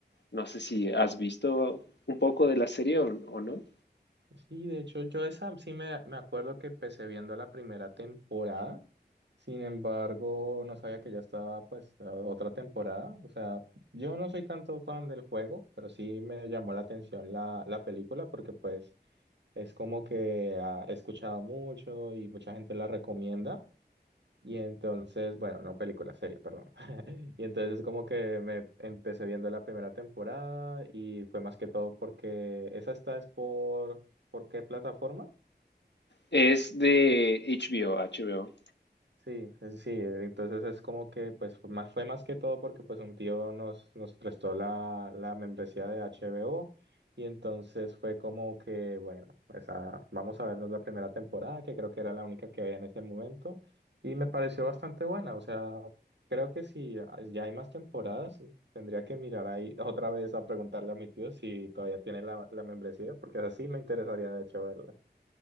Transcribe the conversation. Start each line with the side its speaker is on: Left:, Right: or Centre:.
Left: No sé si has visto un poco de la serie o, o no.
Right: Sí, de hecho, yo esa sí me, me acuerdo que empecé viendo la primera temporada. Sin embargo, no sabía que ya estaba pues la otra temporada. O sea, yo no soy tanto fan del juego, pero sí me llamó la atención la, la película porque pues es como que ah, he escuchado mucho y mucha gente la recomienda. Y entonces, bueno, no película, serie, perdón. <laughs> Y entonces como que me empecé viendo la primera temporada y fue más que todo porque esa está es por, ¿por qué plataforma?
Left: Es de HBO, HBO.
Right: Sí, es- sí, entonces es como que pues fue más, fue más que todo porque pues un tío nos, nos prestó la, la membresía de HBO y entonces fue como que bueno, pues ah, vamos a vernos la primera temporada que creo que era la única que había en ese momento y me pareció bastante buena, o sea, creo que si ya hay más temporadas tendría que mirar ahí <laughs> otra vez a preguntarle a mi tío si todavía tiene la, la membresía porque así me interesaría de hecho verla.